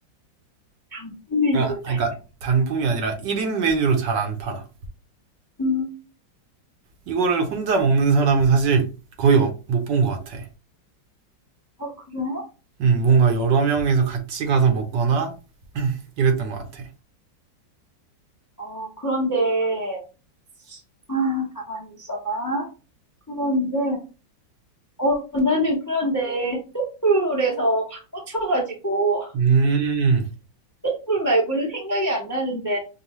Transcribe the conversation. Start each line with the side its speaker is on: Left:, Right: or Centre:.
Left: 단품 메뉴로
Right: 그러니까, 그러니까
Left: 잘.
Right: 단품이 아니라 1인 메뉴로 잘 안 팔아.
Left: 음,
Right: 이거를 혼자 먹는 사람은 사실 거의 못 본 것 같아.
Left: 어, 그래?
Right: 음, 뭔가 여러 명이서 같이 가서 먹거나 이랬던 것 같아.
Left: 어, 그런데, 아, 가만히 있어봐. 그런데, 어, 나는 그런데 뚝불에서 확 꽂혀가지고,
Right: 음,
Left: <laughs> 뚝불 말고는 생각이 안 나는데.